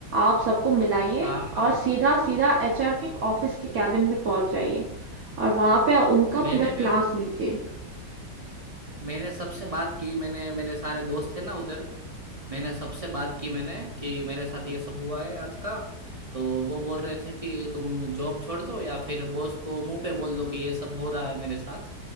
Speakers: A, on the right; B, on the right.
A: आप सबको मिलाइए
B: हाँ
A: और सीधा सीधा एचआर के ऑफिस के कैबिन में पहुंच जाइए और वहां पे उनका
B: मैंने
A: पूरा क्लास लीजिए
B: मैंने सबसे बात की मैंने मेरे सारे दोस्त थे ना उधर मैंने सबसे बात की मैंने कि मेरे साथ ये सब हुआ है आज का तो वो बोल रहे थे कि तुम जॉब छोड़ दो या फिर बॉस को मुंह पे बोल दो कि ये सब हो रहा है मेरे साथ